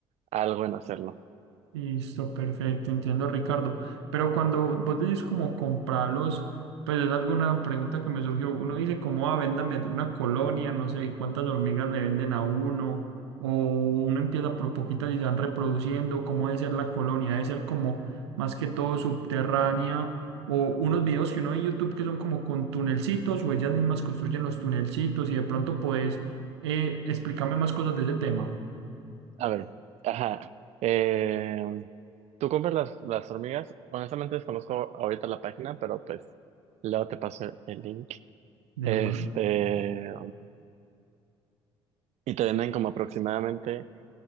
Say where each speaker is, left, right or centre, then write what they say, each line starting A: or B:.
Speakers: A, on the right; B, on the right.
A: algo en hacerlo.
B: Listo, perfecto, entiendo Ricardo. Pero cuando vos decís como comprarlos, pues es alguna pregunta que me surgió. Uno dice como, ah, véndame una colonia, no sé, y cuántas hormigas le venden a uno, o uno empieza por poquitas y se van reproduciendo, cómo debe ser la colonia, debe ser como más que todo subterránea, o unos videos que uno ve en YouTube que son como con tunelcitos, o ellas mismas construyen los tunelcitos, y de pronto podés eh, explicarme más cosas de ese tema.
A: A ver, ajá. eh, ¿tú compras las, las hormigas? Honestamente desconozco ahorita la página, pero pues luego te paso el link.
B: De
A: Este,
B: uno,
A: y te venden como aproximadamente